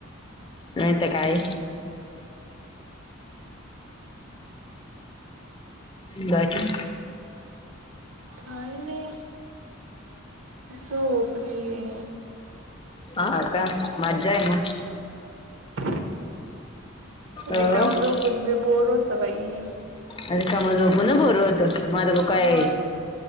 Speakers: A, on the left; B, on the right.
A: नाही ते काय? बाकी
B: काय नाई झोपलीये
A: हा का मज्जा आहे मग
B: <inaudible> रिकामा
A: अ
B: झोपून पण बोर होत बाई!
A: अ रिकामं झोपून ना बोर होत माझ तो
B: मग
A: काय